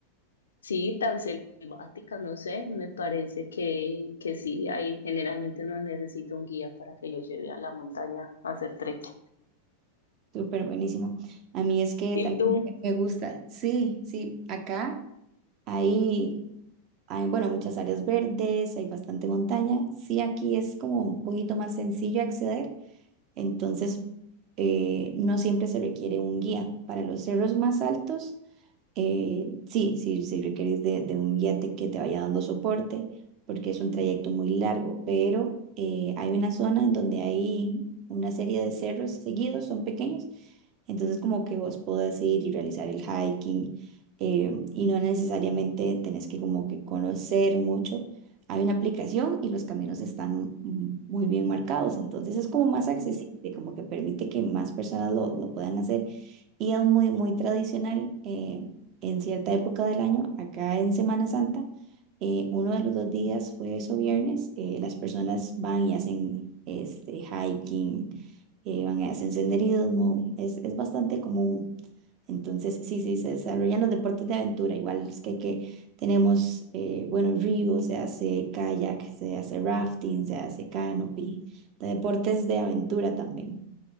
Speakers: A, on the left; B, on the right.
A: Sí, tan selváticas, no sé, me parece que, que sí, ahí generalmente uno necesita un guía para que lo lleve a la montaña a hacer trekking.
B: Súper buenísimo. A mí es que
A: ¿Y
B: también
A: tú?
B: me me gusta. Sí, sí, acá hay, hay, bueno, muchas áreas verdes, hay bastante montaña. Sí, aquí es como un poquito más sencillo acceder. Entonces, eh, no siempre se requiere un guía. Para los cerros más altos, Eh, sí, sí, sí requerís de, de un guiate que te vaya dando soporte, porque es un trayecto muy largo, pero eh, hay una zona en donde hay una serie de cerros seguidos, son pequeños, entonces como que vos podés ir y realizar el hiking eh, y no necesariamente tenés que como que conocer mucho. Hay una aplicación y los caminos están mm, muy bien marcados, entonces es como más accesible,
A: Mm,
B: como que permite que más personas lo, lo puedan hacer. Y es muy, muy tradicional. eh, en cierta época del año, acá en Semana Santa, eh, uno de los dos días, jueves o viernes, eh, las personas van y hacen este, hiking, eh, van y hacen senderismo, es, es bastante común. Entonces, sí, sí, se desarrollan los deportes de aventura, igual es que, que tenemos eh, buenos río se hace kayak, se hace rafting, se hace canopy, de deportes de aventura también.